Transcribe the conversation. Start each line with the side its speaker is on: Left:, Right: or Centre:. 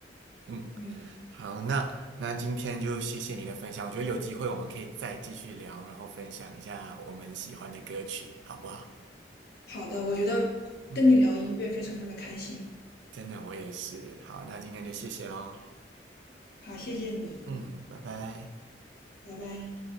Right: 嗯，
Left: 嗯，
Right: 好，那那今天就谢谢你的分享，我觉得有机会我们可以再继续聊，然后分享一下我们喜欢的歌曲，好不好？
Left: 好的，我觉得
Right: 嗯，
Left: 跟你聊音乐非常的开心。
Right: 真的我也是。好，那今天就谢谢喽。
Left: 好，谢谢你，
Right: 嗯，拜拜。
Left: 拜拜。